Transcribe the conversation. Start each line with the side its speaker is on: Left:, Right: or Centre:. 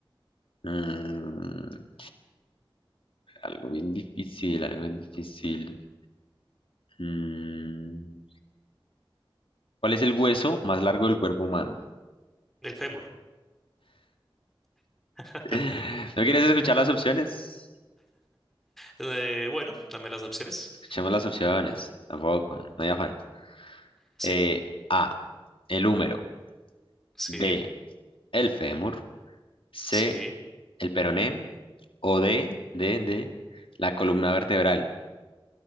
Left: Mm, Algo bien difícil, algo bien difícil. Mm, ¿Cuál es el hueso más largo del cuerpo humano?
Centre: El fémur. <laughs>
Left: <laughs> ¿No quieres escuchar las opciones?
Centre: Eh, bueno, dame las opciones.
Left: Escuchemos las opciones. Tampoco, no hay afán.
Centre: Sí,
Left: Eh, A, el húmero.
Centre: sí,
Left: B, el fémur. C,
Centre: sí,
Left: el peroné. O D, D, D, la columna vertebral.